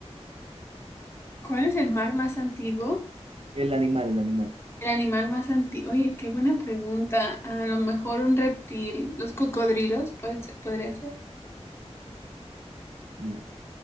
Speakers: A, on the left (about 20°); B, on the right (about 55°).
A: ¿Cuál es el mar más antiguo?
B: El animal, el animal.
A: El animal más antiguo. Oye, qué buena pregunta. A lo mejor un reptil, los cocodrilos, puede ser- podría ser,
B: No,